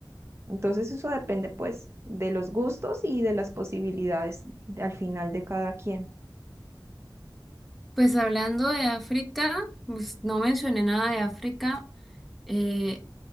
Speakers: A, on the right; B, in the centre.
A: Entonces eso depende pues de los gustos y de las posibilidades de- al final de cada quien.
B: Pues hablando de África, pues, no mencioné nada de África. Eh,